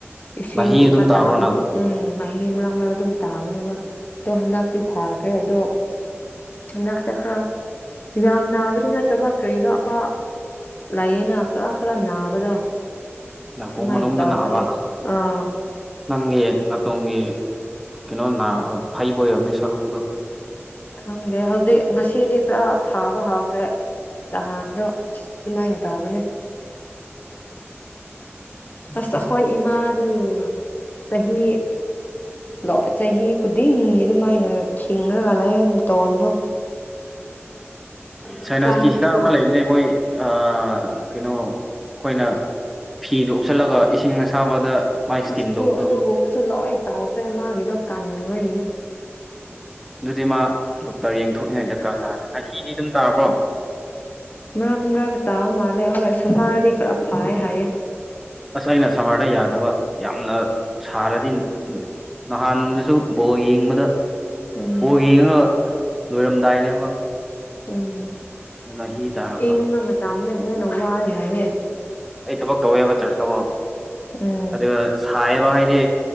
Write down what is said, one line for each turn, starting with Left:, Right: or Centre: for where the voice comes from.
Left: ꯏꯁꯤꯡꯒꯨꯝꯕ
Centre: ꯅꯥꯍꯤ ꯑꯗꯨꯝ ꯇꯥꯕ꯭ꯔꯣ
Left: ꯇꯥꯕꯒꯨꯝ
Centre: ꯅꯪ
Left: ꯎꯝ ꯅꯥꯍꯤ ꯃꯔꯛ ꯃꯔꯛꯇ ꯑꯗꯨꯝ ꯇꯥꯕꯅꯦꯕ ꯑꯗꯣ ꯍꯟꯗꯛꯇꯤ ꯐꯈ꯭ꯔꯦ ꯑꯗꯣ ꯁꯥꯏꯅꯁ ꯁꯦ ꯈꯔ ꯌꯥꯝ ꯅꯥꯕꯗꯤ ꯅꯠꯇꯕ ꯀꯔꯤꯅꯣ ꯑꯃ ꯂꯩꯌꯦꯅ ꯈꯔ ꯈꯔ ꯅꯥꯕꯗꯣ
Centre: ꯅꯥꯀꯣꯡ
Left: ꯑꯗꯨꯃꯥꯏꯟ
Centre: ꯃꯅꯨꯡꯗ
Left: ꯇꯧꯕꯅꯦ
Centre: ꯅꯥꯕ
Left: ꯑꯥ
Centre: ꯅꯪꯒꯤ ꯅꯥꯇꯣꯝꯒꯤ ꯀꯩꯅꯣ ꯅꯥ ꯐꯩꯕ ꯑꯣꯏꯔꯝꯅꯦ ꯁꯔꯨꯗꯣ
Left: ꯈꯪꯗꯦ ꯍꯧꯖꯤꯛ ꯉꯁꯤꯗꯤ ꯈꯔ ꯊꯥꯕ ꯍꯧꯈ꯭ꯔꯦ ꯅꯍꯥꯟꯗꯣ ꯑꯗꯨꯃꯥꯏꯅ ꯇꯧꯕꯅꯦ ꯑꯁ ꯑꯩꯈꯣꯏ ꯏꯃꯥꯗꯤ ꯆꯍꯤ ꯂꯣꯏ ꯆꯍꯤ ꯈꯨꯗꯤꯡꯒꯤ ꯑꯗꯨꯃꯥꯏꯅ ꯊꯤꯡꯉꯒ ꯂꯩ ꯅꯥꯇꯣꯟꯗꯣ
Centre: ꯁꯥꯏꯅꯁꯀꯤ
Left: ꯆꯥꯕꯁꯨ
Centre: ꯍꯤꯗꯥꯛ ꯑꯃ ꯂꯩꯕꯅꯦ ꯃꯣꯏ ꯑꯥ ꯀꯩꯅꯣ ꯑꯈꯣꯏꯅ ꯐꯤꯗꯣ ꯎꯞꯁꯜꯂꯒ ꯏꯁꯤꯡ ꯑꯁꯥꯕꯗ ꯃꯥꯏ ꯏꯁꯇꯤꯝ
Left: ꯑꯁ ꯑꯗꯨ
Centre: ꯇꯧꯕꯗꯣ
Left: ꯑꯗꯨꯒꯨꯝꯕꯁꯨ ꯂꯣꯏ ꯇꯧꯈ꯭ꯔꯦ ꯃꯥꯒꯤꯗꯣ ꯀꯟꯕꯒꯤꯅꯦ
Centre: ꯑꯗꯨꯗꯤ ꯃꯥ ꯗꯣꯛꯇꯔ ꯌꯦꯡꯊꯣꯛꯅꯤꯉꯥꯏ ꯗꯔꯀꯥꯔ ꯇꯥꯔꯦ ꯅꯥꯍꯤꯗꯤ ꯑꯗꯨꯝ ꯇꯥꯕ꯭ꯔꯣ
Left: ꯃꯔꯛ ꯃꯔꯛꯇ ꯇꯥꯕ ꯃꯥꯜꯂꯦ <unintelligible> ꯈꯔ ꯐꯥꯏ ꯍꯥꯏꯌꯦ
Centre: ꯑꯁ ꯑꯩꯅ ꯁꯝꯃꯔꯗ ꯌꯥꯗꯕ ꯌꯥꯝꯅ ꯁꯥꯔꯗꯤ ꯅꯍꯥꯟꯗꯁꯨ ꯕꯣꯜ ꯌꯦꯡꯕꯗ
Left: ꯎꯝ
Centre: ꯕꯣꯜ ꯌꯦꯡꯉꯒ ꯂꯣꯏꯔꯝꯗꯥꯏꯅꯦꯕ
Left: ꯎꯝ
Centre: ꯅꯍꯤ ꯇꯥꯔꯛꯄ
Left: ꯏꯪꯕ ꯃꯇꯝꯗ ꯍꯦꯟꯅ ꯋꯥꯏ ꯍꯥꯏꯌꯦ
Centre: ꯑꯩ ꯊꯕꯛ ꯇꯧꯋꯦꯕ ꯆꯔꯆ ꯇꯀꯣ
Left: ꯎꯝ
Centre: ꯑꯗꯨꯒ ꯁꯥꯏꯌꯦꯕ ꯍꯥꯏꯗꯤ